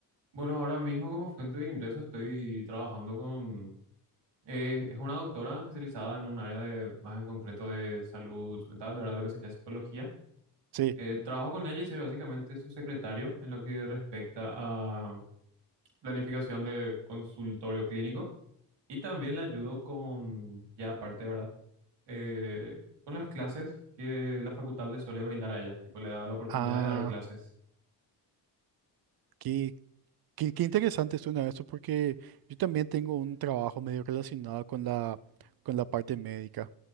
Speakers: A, on the right (about 80°); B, on the right (about 60°).
A: Bueno, ahora mismo como fuente de ingreso estoy trabajando con... eh, es una doctora especializada en un área de, más en concreto de salud mental, de ¿verdad? Lo que sería psicología.
B: Sí.
A: Eh, trabajo con ella y soy básicamente su secretario en lo que respecta a planificación de consultorio clínico. Y también la ayudo con, ya aparte, ¿verdad? Eh, con las clases que la facultad le suele brindar a ella. Tipo, le da la oportunidad
B: Ah,
A: de dar clases.
B: qué, qué, qué interesante suena eso porque yo también tengo un trabajo medio relacionado con la, con la parte médica.